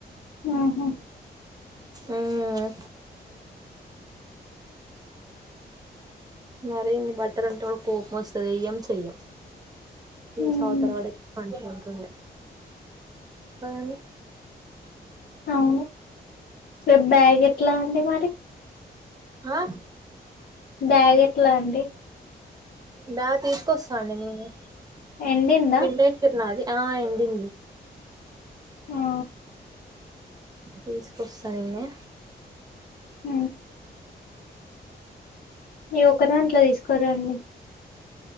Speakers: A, on the left; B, on the right.
A: ఉహు
B: మ్ మరి ఇన్ని బట్టలు ఉంటే కూడా కోపం వస్తది ఏం చెయ్యం ఇది
A: ఉమ్
B: తీసి అవతలపడే మంచూకుండుడ్యూడ్ కాని
A: అవును రేపు బ్యాగ్ ఎట్లా అండి మరి?
B: ఆ
A: బ్యాగ్ ఎట్లా అండి?
B: బ్యాగ్ తీసుకొస్తా అండి నేనే
A: ఎండిందా
B: పిండేసిర్రు నాది. ఆ ఎండింది
A: ఆ
B: తీసుకొస్తా నేనే
A: హ ఈ ఒక్క దాంట్లో తీసుకోదాన్ని.